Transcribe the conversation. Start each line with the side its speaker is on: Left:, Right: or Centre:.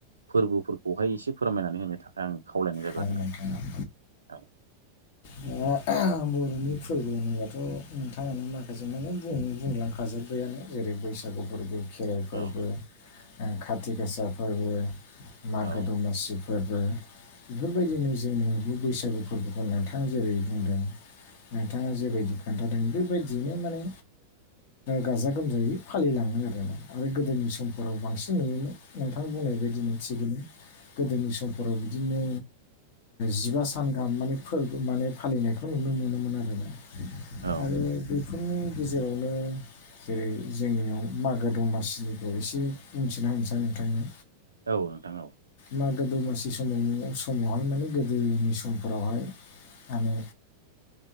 Right: फोरबोफोरखौहाय एसे फोरमायनानै होनो थाखाय आं खावलायनाय जाबाय
Left: हागोन
Right: आरो नोंथां
Left: औ
Right: औ
Left: दा बर'नि फोरबो होनोबाथ' नोंथांङानो माखासे माने बुं बुंलांखाजोब्बायानो जेरै बैसागु फोरबो खेराइ फोरबो
Right: औ
Left: खाथि गासा फोरबो मागो
Right: औ
Left: दमासि फोरबो बेफोरबायदिनो जों न बैसागु फोरबोखौ नोंथां जेरै बुंदों। नोंथांङा जेबायदि खोन्थादों बेबायदियैनो माने गाजा गोमजायै फालिलांङो आरो आरो गोदोनि समफोराव बांसिन नुयोमोन नोंथांङा बुंनाय बेबायदिनो थिगैनो गोदोनि समफोराव बिदिनो जिबा सान गाहाम माने फोरबो माने फालिनायखौ नुनो मोनोमोन आरोना
Right: औ
Left: आरो बे बेफोरनि गेजेरावनो जेरै जोंनियाव मागो दमासिनिखौ एसे बुंथिना होनोसै नोंथांनो
Right: औ नोंथां औ
Left: मागो दमासि समावनो समावहाय माने गोदोनि समफोरावहाय माने